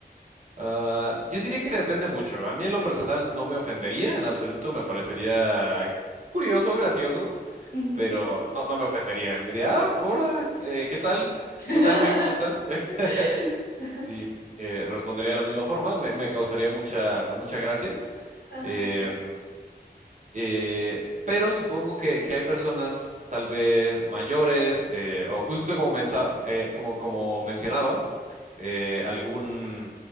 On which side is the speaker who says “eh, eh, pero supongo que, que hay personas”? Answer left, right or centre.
Right